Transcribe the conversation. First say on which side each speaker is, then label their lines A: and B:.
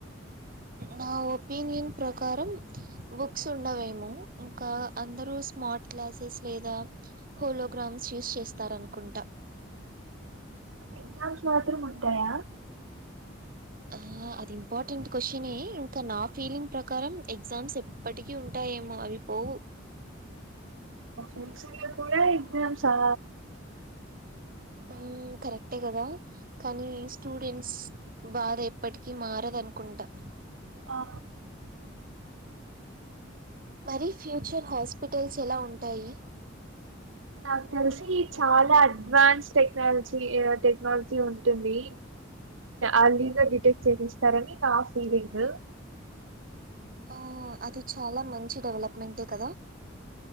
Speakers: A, on the right; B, on the right.
A: నా ఒపీనియన్ ప్రకారం బుక్స్ ఉండవేమో ఇంకా అందరు స్మార్ట్ క్లాసెస్ లేదా హోలోగ్రా <unintelligible> యూజ్ చేస్తారనుకుంట
B: ఎగ్జామ్స్ మాత్రం ఉంటాయ
A: ఆ అది ఇంపార్టెంట్ క్వశ్చనే ఇంక నా ఫీలింగ్ ప్రకారం ఎగ్జామ్స్ ఎప్పటికీ ఉంటాయేమో అవి పోవు
B: వేసవి లో కూడ ఎగ్జామ్స్ ఆ
A: ఆ కరెక్టే కదా కానీ స్టూడెంట్స్ బాధ ఎప్పటికీ మారదు అను ట
B: ఆ
A: మరి ఫ్యూచర్ హాస్పిటల్స్ ఎల ఉంటాయి
B: నాకు తెలిసి చాల అడ్వాన్స్ టెక్నాలజీ టెక్నాలజీ ఉంటుంది అలీగా డిటెక్ట్ చేసిస్తారని నా ఫీలింగ్
A: ఆ అది చాల మంచి డెవలప్మెటే కదా